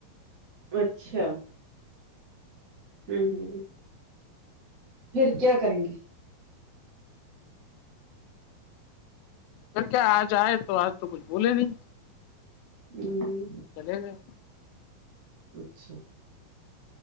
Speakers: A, on the right; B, on the left.
A: اچھا ہوں ہ پھر کیا کریں گے
B: پھر کیا آج آئے تو آج تو کچھ بولے نہیں
A: ہوں
B: چلے گئے
A: اچھا